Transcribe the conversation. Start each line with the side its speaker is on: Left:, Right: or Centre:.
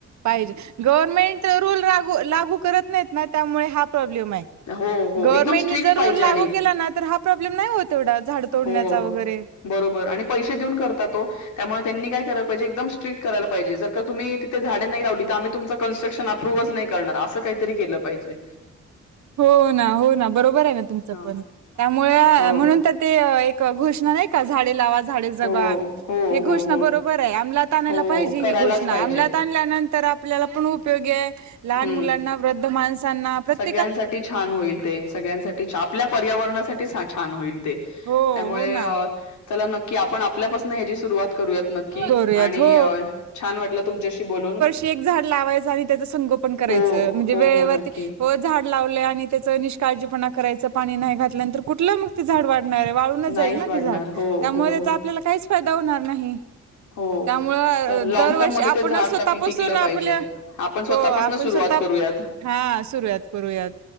Right: पाहिजे. गव्हर्मेंट रूल रागू लागू करत नाहीत ना, त्यामुळे हा प्रॉब्लेम आहे.
Left: हो, हो.
Right: गव्हर्नमेंटने
Left: एकदम स्ट्रिक्ट
Right: जर
Left: पाहिजे
Right: रोल
Left: आणि
Right: लागू केला ना तर हा प्रॉब्लेम नाही हो तेवढा झाड तोडण्याचा
Left: हो.
Right: वगैरे
Left: बरोबर आणि पैसे देऊन करता तो त्यामुळे त्यांनी काय कय पाहिज एकम्ट्रिक्ट करायला पाजेर का तुम्हीिथे झाडेड लावली तर आम्हीुमच क्स्ट्रक्श प्रूव्हच नाही करणार असं काहीतरी केलं पाहिजे
Right: हो ना हो ना बरोबर आहे ना तुमचं
Left: हां.
Right: पण त्यामुळे
Left: हो.
Right: म्हणून ते एक घुषणा नाही का झाडे लावा झाडे जगवा
Left: हो, हो,
Right: ही घोषणा
Left: हो, हो.
Right: बरोबर ये आमलात आणायला
Left: हो,
Right: पाहिजे
Left: करायलाच
Right: आमलात
Left: पाहिजे.
Right: आणल्या नंतर आपल्याला पण उपोगी आहे लहान
Left: हं.
Right: मुलांना वृद्ध माणसांना प्र्ये
Left: सगळ्यांसाठी छान होईल ते सगळ्यांसाठी आप पर्यावरणासाठी छान होईल ते
Right: हो,
Left: त्यामुळे
Right: हो ना.
Left: त्याला की आपण आपल्यापासून ह्याची सुरुवात करूयात नक्की
Right: करूयात
Left: आणि
Right: हो
Left: छान वाटलं तुमच्याशी बोलून
Right: श एक झाड लावाय आणि त्याच संगोपन करायच
Left: हो
Right: म्हणजे
Left: हो
Right: वेळेवरती
Left: हो नक्की
Right: झाड लावलेय आणि त्याच निष्काळजीपणा करायचं पाणी नाही घातल्यानंतर कुठलं मग ते झाड वाढणार आहे वाळूनच
Left: नाहीच
Right: जाईल ना
Left: वाढणार
Right: ते झाड
Left: हो
Right: त्यामुळे
Left: हो
Right: त्याचा
Left: हो
Right: आपल्याला काहीच फायदा होणार नाही त्यामुळं
Left: हो तर लॉंग
Right: दरवर्षी
Left: टर्म मध्ये
Right: आपण
Left: ते झाड
Right: स्वतापासून
Left: टक टिकलं
Right: आपल्या
Left: पाहिजे आपण स्वतःपासून
Right: हो आपण
Left: सुरुवात
Right: स्वतः
Left: करूयात
Right: हा सुरूयात करूयात